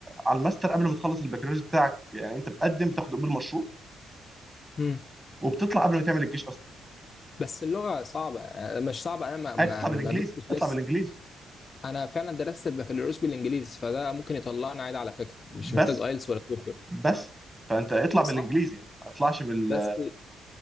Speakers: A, on the right; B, on the left.
A: على الماستر قبل ما تخلص البكالوريوس بتاعك يعني انت بتقدم بتاخد قبول مشروط
B: مم.
A: وبتطلع قبل ما تعمل الجيش اصلا
B: بس اللغة صعبة آه، مش صعبة انا ما ما-
A: عايز تطلع
B: يعني
A: بالانجليزي
B: ما دوستش
A: اطلع
B: لسه
A: بالانجليزي
B: انا فعلا درست البكالوريوس بالانجليزي فده ممكن يطلعني عادي على فكرة مش
A: بس
B: محتاج ايلتس ولا توفل
A: بس فانت اطلع بالانجليزي
B: صح
A: ما تطلعش بال
B: بس